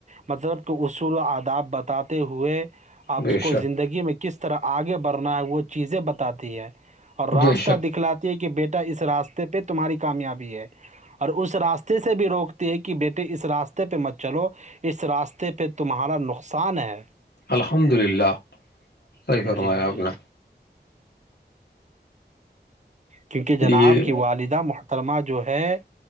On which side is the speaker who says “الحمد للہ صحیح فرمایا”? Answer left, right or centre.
Left